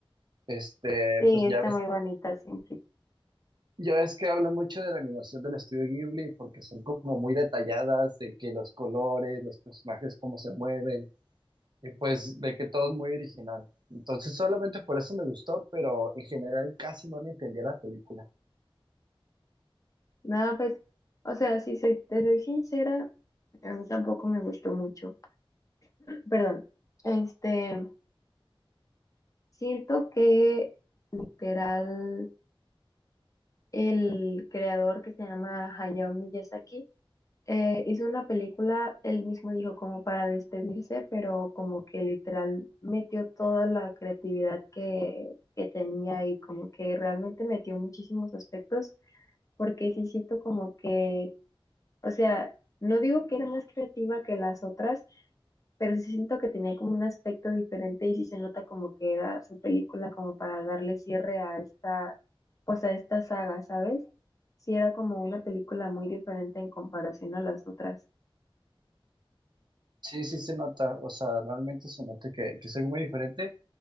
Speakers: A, on the right; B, on the left.
A: Este,
B: Sí,
A: pues
B: está
A: ya ves,
B: muy bonita siempre.
A: ya ves que hablan mucho de la animación del estudio Ghibli porque son como muy detalladas, de que los colores, los personajes, cómo se mueven, y pues de que todo es muy original. Entonces solamente por eso me gustó, pero en general casi no le entendía la película.
B: Nada, pues, o sea, si soy, te soy sincera, a mí tampoco me gustó mucho. Perdón. Este, siento que literal El creador que se llama Hayao Miyazaki eh, hizo una película, él mismo dijo como para despedirse, pero como que literal metió toda la creatividad que, que tenía y como que realmente metió muchísimos aspectos, porque sí siento como que, o sea, no digo que era más creativa que las otras, pero sí siento que tenía como un aspecto diferente y sí se nota como que era su película como para darle cierre a esta, pues a esta saga, ¿sabes? Sí era como una película muy diferente en comparación a las otras.
A: Sí, sí se nota, o sea, realmente se nota que, que es algo muy diferente.